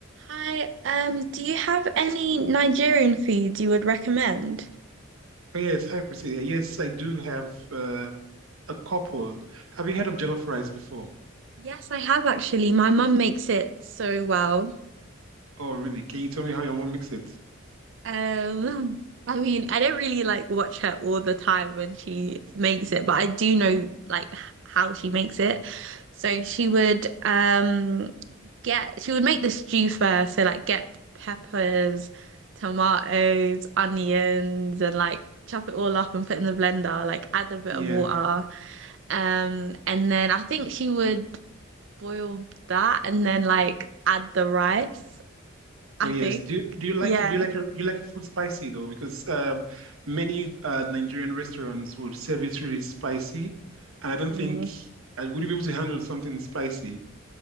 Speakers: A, on the right; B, on the right.
A: Hi, um, do you have any Nigerian foods you would recommend?
B: Yes, hi Priscilla. Yes, I do have uh, a couple. Have you heard of jollof rice before?
A: Yes, I have actually. My mum makes it so well.
B: Oh, really? Can you tell me how your mom makes it?
A: Um, <laughs> I mean, I don't really like watch her all the time when she makes it, but I do know like h- how she makes it. So she would um get she would make the stew first, so like get peppers, tomatoes, onions, and like chop it all up and put in the blender, like add a bit
B: Yeah.
A: of water. Um, and then I think she would boil that and then like add the rice, I
B: Oh, yes.
A: think.
B: Do you- do you like
A: Yeah.
B: do you like your you like your food spicy though? Because um, many uh, Nigerian restaurants would serve it really spicy, and
A: Mm.
B: I don't think I would you be able to handle something spicy.